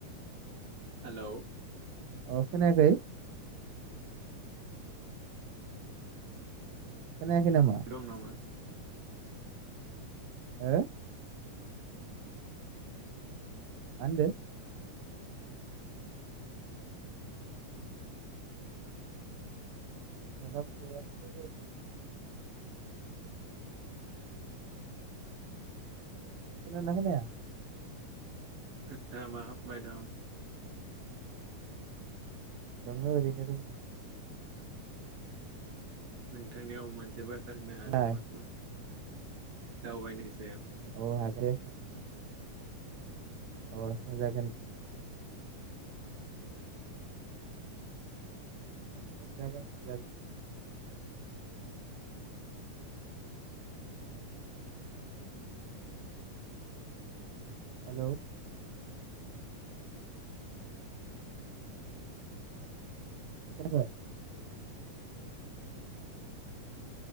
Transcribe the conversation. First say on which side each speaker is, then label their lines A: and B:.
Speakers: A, on the right; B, on the right.
A: हेलौ
B: अ खोनाखै खोनायाखै नामा
A: दं नामा
B: हो मा होनदों <unintelligible> खोनादों ना खोनाया?
A: मा खालामबाय दं।
B: दं ओरैनो।
A: नोंथांनियाव मोनसे जोबोत सोंनो हागोन
B: नोंलाय
A: नामा? दाउबाय नायनि सायाव।
B: औ हागोन। अ सों जागोन <unintelligible> हेल' खोनादों